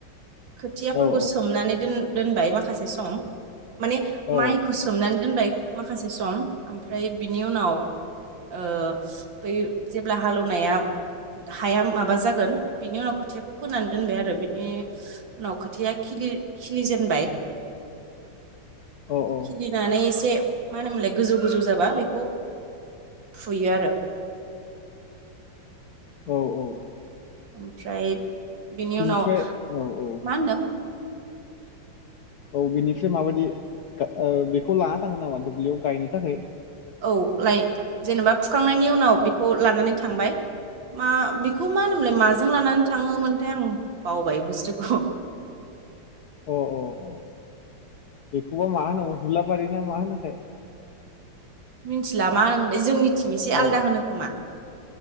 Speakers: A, on the right (about 65°); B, on the left (about 60°).
A: खोथियाफोरखौ
B: औ औ
A: सोमनानै दोन दोनबाय माखासे सम। माने
B: औ
A: माइखौ सोमनानै दोनबाय। माखासे सम ओमफ्राय। बिनि उनाव। ओ दै जेब्ला हालौवनाया हाया माबा जागोन बिनि उनाव खोथियाखौ फोनानै दोनबाय आरो बिनि उनाव खोथिया खिलि जेनबाय।
B: औ
A: खिलिनानै एसे। मा होनोमोनलाय गोजौ गोजौ जाबा बेखौ फुयो आरो।
B: औ औ
A: ओमफ्राय। बिनि
B: बिनिफ्राय
A: उनाव
B: औ औ।
A: मा होनदों
B: औ बेनिफ्राय माबायदि बेखौ लाना थाङो नामा दुब्लियाव गायनो थाखाय।
A: औ जेनेबा फुखांनायनि उनाव बेखौ लानानै थांबाय मा बेखौ मा होनोमोनलाय माजों लानानै थाङोमोनथाय आं बावबाय बुस्थुखौ
B: अ औ औ। बेखौबा मा होनो भुला बारिना मा होनोथाय
A: मिथिला मा होनोमोनलै जोंनि थिं एसे
B: औ
A: आलादा होनो खोमा